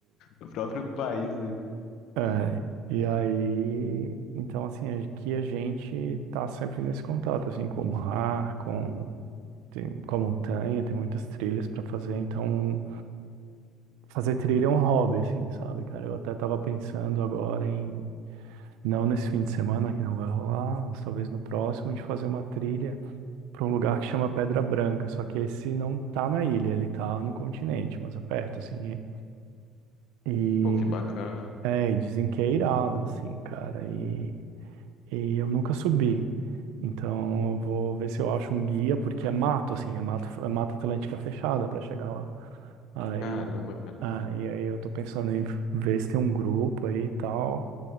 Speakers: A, on the left; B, on the right.
A: O próprio país aí.
B: É, e aí, então assim, é que a gente tá sempre nesse contato, assim, com o mar, com, tem, com a montanha, tem muitas trilhas para fazer, então fazer trilha é um hobby, assim, sabe, cara? Eu até tava pensando agora em, não nesse fim de semana, que não vai rolar, mas talvez no próximo, de fazer uma trilha para um lugar que chama Pedra Branca, só que esse não tá na ilha, ele tá no continente, mas aperto, assim, e,
A: Pô, que bacana.
B: é, e dizem que é irado, assim, cara, e... E eu nunca subi. Então eu vou ver se eu acho um guia, porque é mato, assim, é mato, é mata atlântica fechada para chegar lá. Aí,
A: Caramba, cara.
B: ah, e aí eu tô pensando em ver se tem um grupo aí e tal.